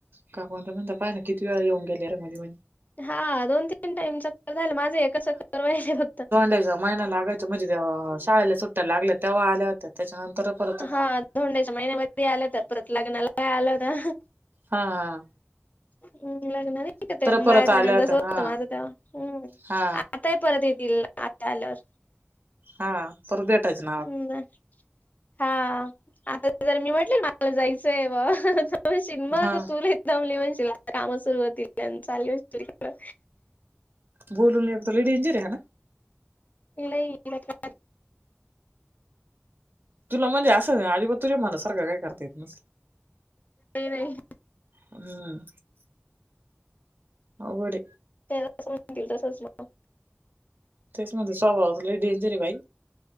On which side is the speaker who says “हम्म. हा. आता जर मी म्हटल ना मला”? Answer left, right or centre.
Left